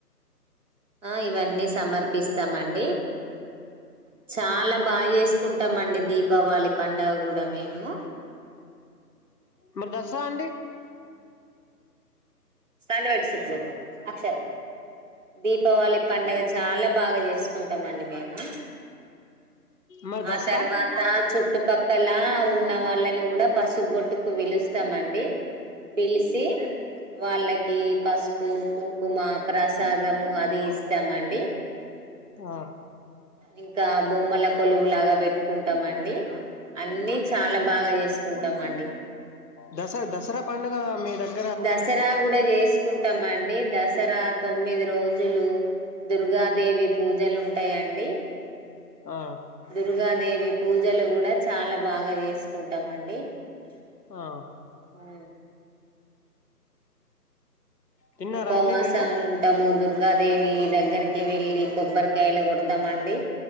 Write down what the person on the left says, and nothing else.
మరి దసరా అండి
మరి
దసరా
ఆ
దసరా దసరా పండగ మీ దగ్గ
ఆ
ఆ
తిన్నారా
అండి మీరు